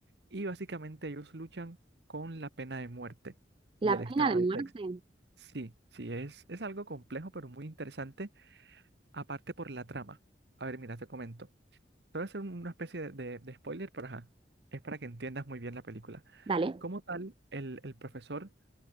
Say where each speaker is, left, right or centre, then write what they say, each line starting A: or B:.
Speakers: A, on the right (about 65°); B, on the right (about 30°).
A: y básicamente ellos luchan con la pena de muerte
B: ¿La
A: del estado
B: pena de
A: de
B: muerte?
A: Texas. Sí, sí, es, es algo complejo, pero muy interesante, aparte por la trama. A ver, mira, te comento. Te voy a hacer un- una especie de, de- de spoiler, pero ajá, es para que entiendas muy bien la película.
B: Dale.
A: Como tal, el, el profesor